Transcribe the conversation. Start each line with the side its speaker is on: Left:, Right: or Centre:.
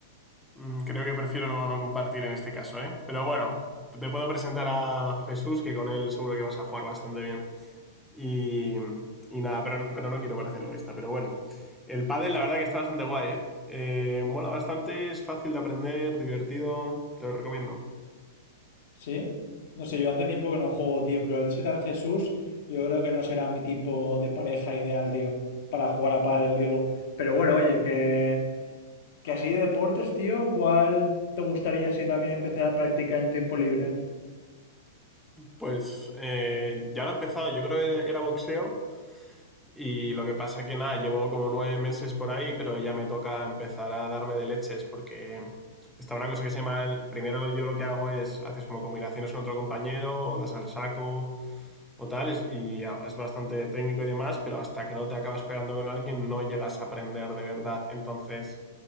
Centre: Mm, Creo que prefiero no compartir en este caso, ¿eh? Pero bueno, te puedo presentar a Jesús, que con él seguro que vas a jugar bastante bien. Y, y nada, pero, pero no quiero parecer egoísta, pero bueno. El pádel la verdad que está bastante guay, ¿eh? Eh, mola bastante, es fácil de aprender, divertido, te lo recomiendo.
Left: ¿Sí? No sé, yo hace tiempo que no juego, tío. Pero el Setar Jesús, yo creo que no será mi tipo de pareja ideal, tío. Para jugar a pádel, digo. Pero bueno, oye, que, que así de deportes, tío, ¿cuál te gustaría si también empezar a practicar en tiempo libre?
Centre: Pues eh, ya lo he empezado, yo creo que era boxeo, Y lo que pasa que nada, llevo como nueve meses por ahí, pero ya me toca empezar a darme de leches porque está una cosa que se llama, el, primero yo lo que hago es, haces como combinaciones con otro compañero o das al saco o tal, es- y es bastante técnico y demás, pero hasta que no te acabas pegando con alguien no llegas a aprender de verdad. Entonces,